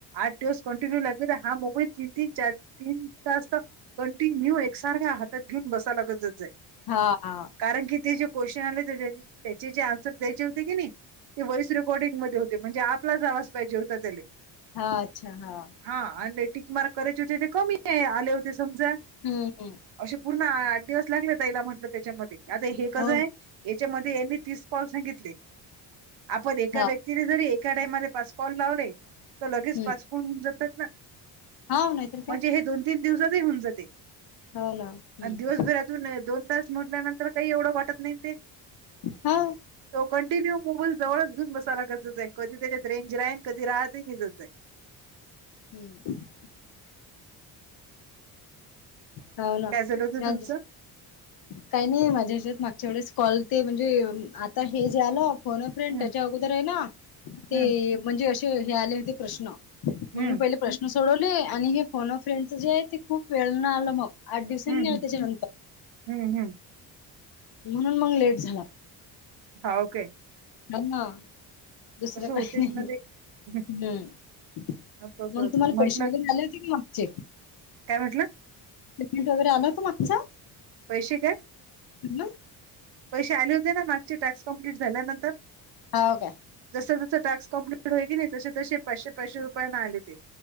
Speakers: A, on the right; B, on the left.
A: आठ दिवस कंटिन्यू लागले हा, मोबाईल तीन तीन चार तीन तास तर. कंटिन्यू एकसारख हातात घेऊन, बसायला लागत जाई.
B: हा..
A: कारण की ते, जे क्वेशन आले. त्याचे जे आन्सर द्यायचे होते की नाही ते, वॉईस रेकॉर्डिंग मध्ये होते. म्हणजे आपलाच आवाज पाहिजे होतं. <unintelligible>
B: हा, अच्छा हा.
A: हा आणि ते टीक मार्क करायचे होते ते कमी आहे आले होते समजा.
B: हम्म हम्म
A: असे पूर्ण आठ दिवस लागले ताईला म्हटलं, तेच्यामध्ये आता हे कसं
B: हो
A: आहे. याच्यामध्ये यांनी तीस कॉल सांगितले, आपण एका
B: हा
A: व्यक्तीने जरी एका टाइमध्ये पाच. कॉल लावले तर लगेच
B: हम्म
A: पाच फोन होऊन जातात, ना
B: हा नाहीतर
A: म्हणजे
B: काय
A: हे दोन. तीन दिवसात होऊन जाते,
B: हो ना हम्म
A: आणि दिवसभरातून दोन तास म्हटल्यानंतर. तर काही एवढं, वाटत नाही ते.
B: हांव.
A: तो कंटिन्यू मोबाईल जवळच घेऊन बसायला लागतं जाई कधी त्याच्यात रेंज रा आहे कधी राहतही नि जच आहे.
B: हम्म.. हो ना
A: काय झालं होतं तुमचं.
B: काही नाही माझ्या हेच्यात मागच्या वेळेस, कॉल ते म्हणजे आता हे जे आलं. फोन अ फ्रेंड
A: हम्म
B: त्याच्या अगोदर आहे ना, ते
A: हम्म
B: म्हणजे असे हे आले होते प्रश्न. मग
A: हम्म
B: मी पहिले प्रश्न सोडवले आणि, हे फोन फ्रेंडच जे आहे ते खूप वेळन आलं मग. आठ दिवसांनी
A: हम्म
B: आले
A: हम्म
B: त्याच्यानंतर.
A: हम्म हम्म.
B: म्हणून मगं, लेट झाला.
A: हा ओके.
B: हा.. दुसरं
A: कसं होतेच
B: काही नाही.
A: ना ते हं,
B: हम्.
A: हं. तसं
B: मग
A: होत
B: तुम्हाला
A: म्हटलं
B: परीशा आले होते की मागचे.
A: काय म्हंटला.
B: <unintelligible> वगैरे आलं होतं मागचं.
A: पैसे काय.
B: <unintelligible>
A: पैसे आले होते ना, मागचे टास्क कंप्लीट झाल्यानंतर.
B: हाव काय?
A: जसं-जसं टाक्स कंप्लीट होय की नाही तशी-तशी पाचशे पाचशे रुपयेन आले ती.